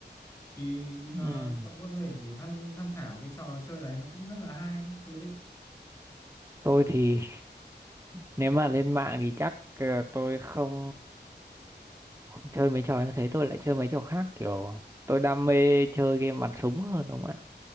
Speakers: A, on the left; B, on the right.
A: thì ờ,
B: Ừ.
A: cậu có thể tham tham khảo cái trò chơi đấy nó cũng rất là hay thú vị
B: Tôi thì nếu mà lên mạng thì chắc ờ, tôi không không chơi mấy trò như thế tôi lại chơi mấy trò khác kiểu tôi đam mê chơi game bắn súng hơn đúng không ạ